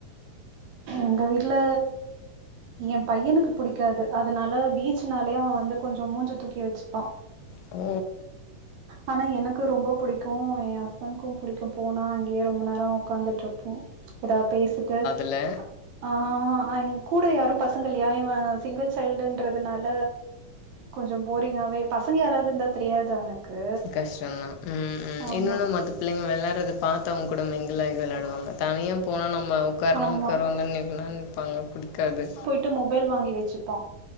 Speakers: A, on the right; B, on the left.
A: எங்க வீட்டு்ல எ பையனுக்கு புடிக்காது அதனால பீச்சுனாலயே அவ வந்து கொஞ்ச மூஞ்ச தூக்கி வச்சுப்பா
B: ஓ
A: ஆனா எனக்கு ரொம்ப புடிக்கு எ ஹஸ்பண்ட்க்கு புடிக்கு போனா அங்கேயே ரொம்ப நேர உக்காந்துட்டுரு போ ஏதா பேசிட்டு
B: இல்ல
A: ஆ எங் கூட யாரு பசங்க இல்லயா இவ சிங்குள் சைல்டுன்றதுனால கொஞ்ச போரிங்காவே பசங்க யாராவது இருந்தா தெரியாது அவுனக்கு
B: கஷ்டந்தா ம் ம்
A: ஆமா
B: இன்னொன்னு மத்த பிள்ளைங்க விளாறது பாத்தா அவுங்க கூட மிங்கிலாகி விளாடுவாங்க தனியா போனா நம்ம உக்காரணு
A: ஆமா
B: உக்காருவாங்க நில்லுனா நிப்பாங்க புடிக்காது
A: ட்டு மொபைல் வாங்கி வச்சுப்பா